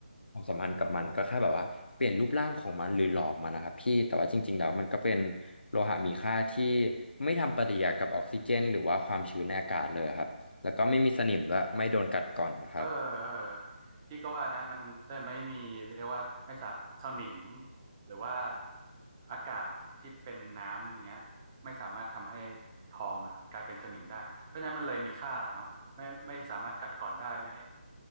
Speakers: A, on the left; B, on the right.
A: ความสัมพันธ์กับมันก็แค่แบบว่าเปลี่ยนรูปร่างของมันหรือหลอมมันนะครับพี่แต่ว่าจริงๆแล้วมันก็เป็นโลหะมีค่าที่ไม่ทำปฏิกิริยากับออกซิเจนหรือว่าความชื้นในอากาศเลยครับแล้วก็ไม่มีสนิมด้วยไม่โดนกัดก่อนนะครับ
B: เออเออพี่ก็ว่านะมันจะไม่มีเรียกว่าไม่สะสนิมหรือว่าอากาศที่เป็นน้ำอย่างเงี้ยไม่สามารถทำให้ทองอ่ะกลายเป็นสนิมได้เพราะฉะนั้นมันเลยมีค่าเนาะไม่ไม่สามารถกัดกร่อนได้ไม่